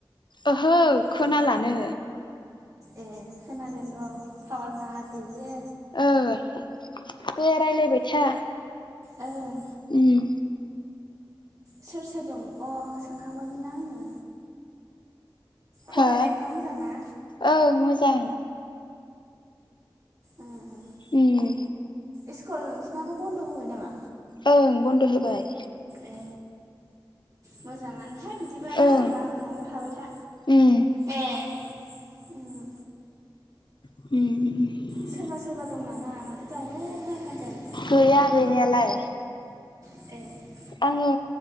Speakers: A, on the left; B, on the right.
A: ओहो खोनालानो।
B: ए खोनागोन र' थावार नाङाखै बेयो।
A: ओ दे रायलायबाय था।
B: ओं।
A: उम।
B: सोर सोर दं अ सोंखांबायमोनना आङो। फरायनायफ्रा
A: हो
B: मोजां ना?
A: ओं मोजां।
B: उम उम
A: उम
B: इस्कुल नोंसिनाबो बन्द' होबाय नामा?
A: ओं बन्द' होबाय।
B: ए मोजाङानोहाय बिदिबाना
A: ओं
B: आदा न'आव थाबाय था।
A: उम
B: ए उम
A: उम
B: सोरबा सोरबा दं नामा माथो दावराव खोनाथारदों?
A: गैया गैनायालाय।
B: ए
A: आङो